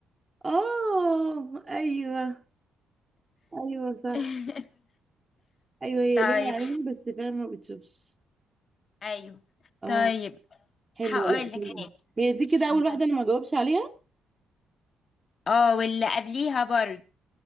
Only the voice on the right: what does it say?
اه ايوه ايوه صح
ايوه هي
ليها عين بس فعلا ما بتشوفش
اه
حلوة
لا
حلوة
هي دي كده اول
واحدة انا ما جاوبش عليها